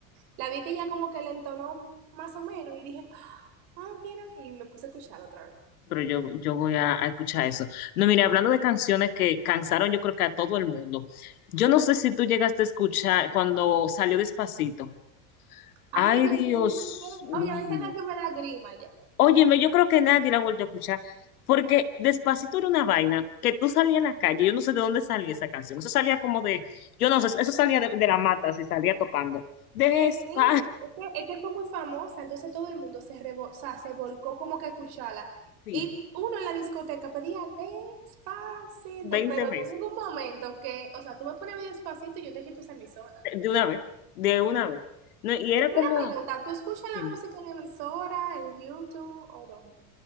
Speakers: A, on the right (about 60°); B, on the left (about 85°).
A: la vi que ella como que la entonó más o menos y dije, ah, mira, y me puse a escucharla otra vez.
B: pero yo, yo voy a, a escuchar eso. No, mira, hablando de canciones que cansaron, yo creo que a todo el mundo. Yo no sé si tú llegaste a escuchar cuando salió Despacito.
A: Ay,
B: Ay,
A: Dios
B: Dios
A: mío, yo me-
B: mío.
A: oye, esta canción me da grima ya.
B: Óyeme, yo creo que nadie la ha vuelto a escuchar, porque Despacito era una vaina que tú salías a la calle, yo no sé de dónde salía esa canción, eso salía como de, yo no sé, eso salía de, de la mata, si salía tocando. Despacito,
A: Que sí, es que, es que fue muy famosa, entonces todo el mundo se, revo- o sea, se volcó como que a escucharla.
B: <laughs> sí,
A: Y uno en la discoteca pedía despacito,
B: 20
A: pero
B: veces,
A: yo llegó un momento que, o sea, tú me pones medio despacito y yo te quito esa emisora.
B: de de una vez, de una vez. No, y era
A: Una
B: como,
A: pregunta, ¿tú escuchas la
B: dime,
A: música en emisora, en YouTube o dónde?